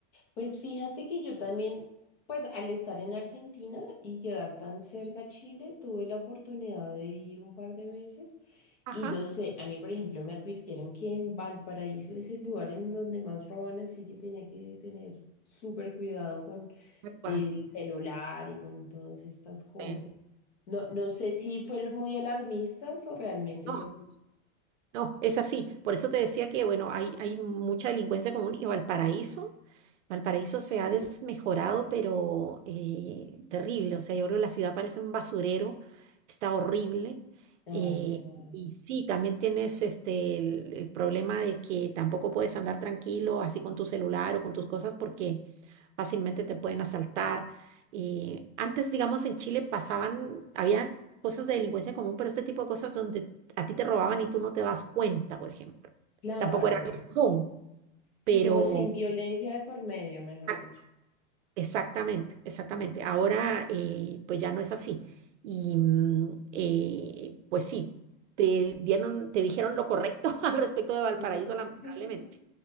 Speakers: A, on the left (about 50°); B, on the right (about 65°).
A: Pues fíjate que yo también, pues al estar en Argentina y quedar tan cerca a Chile, tuve la oportunidad de ir un par de veces
B: Ajá.
A: y no sé, a mí por ejemplo me advirtieron que en Valparaíso es el lugar en donde más roban, así que tenía que tener súper cuidado con
B: tal cual,
A: el celular y con todas estas cosas.
B: sí.
A: No, no sé si fueron muy alarmistas o realmente
B: No,
A: es así.
B: No, es así. Por eso te decía que, bueno, hay, hay mucha delincuencia común y Valparaíso, Valparaíso se ha desmejorado, pero eh, terrible. O sea, yo creo que la ciudad parece un basurero, está horrible.
A: Ay,
B: eh,
A: qué mal.
B: y sí, también tienes este, el, el problema de que tampoco puedes andar tranquilo así con tu celular o con tus cosas porque fácilmente te pueden asaltar. Y antes, digamos, en Chile pasaban, había cosas de delincuencia común, pero este tipo de cosas donde a ti te robaban y tú no te das cuenta, por ejemplo.
A: Claro.
B: Tampoco era muy común,
A: Sí,
B: pero
A: como sin violencia de por medio, mejor
B: ah,
A: dicho.
B: exactamente, exactamente. Ahora, eh, pues ya no es así. Y mm, eh, pues sí, te dieron, te dijeron lo correcto <laughs> al respecto de Valparaíso,
A: <laughs>
B: lamentablemente.